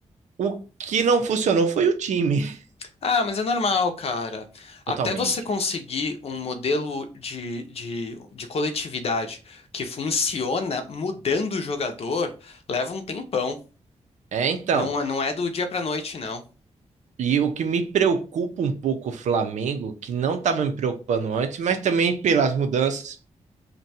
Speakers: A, on the right (about 80°); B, on the left (about 55°).
A: o que não funcionou foi o time, <laughs>
B: Ah, mas é normal, cara. Até
A: totalmente.
B: você conseguir um modelo de, de, de coletividade que funciona mudando o jogador, leva um tempão.
A: É, então.
B: Não, é- não é do dia pra noite, não.
A: E o que me preocupa um pouco o Flamengo, que não estava me preocupando antes, mas também pelas mudanças,